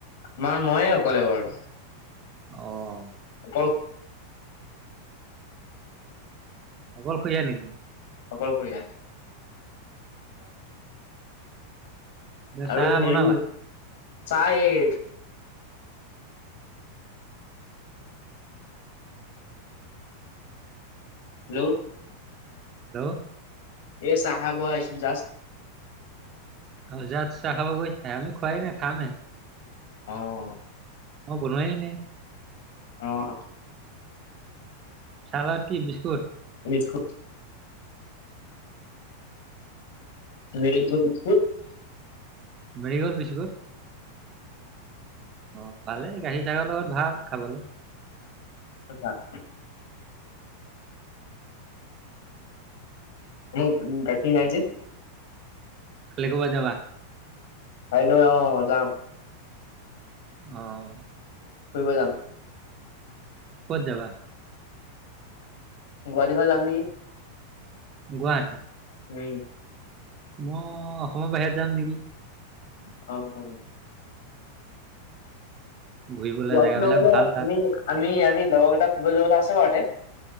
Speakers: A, on the left; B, on the right.
A: আমাৰ মইয়ে অকলে বাৰু
B: অ'
A: অ'
B: অকল খৰিয়া নেকি
A: অকলশৰীয়া <inaudible> আৰু
B: চাহ
A: হেৰি
B: বনালা
A: চাহ এই হেল্ল'
B: হেল্ল'
A: এই চাহ বোৱা এ জাস্ত
B: অ' যাত চাহ খাব গৈ আমি খোৱাই নাই খাম হে।
A: অঁ।
B: অ' বনোৱাই নাই।
A: অঁ।
B: চাহ লগত কি বিস্কুট?
A: Biscuit <inaudible>
B: Marie Gold biscuit. অ' ভালেই গাখীৰ চাগৰ লগত ভাল খাবলৈ।
A: তথা <inaudible> <inaudible>
B: কালি কৰবাত যাবা?
A: কাইলৈ অ' যাম।
B: অঁ।
A: ফুৰিব যাম।
B: ক'ত যাবা?
A: গুৱাহাটী ফালে যাম নেকি।
B: গুৱাহাটী।
A: উম।
B: মই অসমৰ বাহিৰত যাম নেকি?
A: অ'অ'
B: ঘূৰিবলৈ
A: গুৱাহাটীৰ
B: জেগাবিলাক
A: নহ'বা
B: ভাল তাত
A: আমি আমি আমি লগৰকেইটাই ফুৰিব যোৱা কথা আছে বা ইয়াতে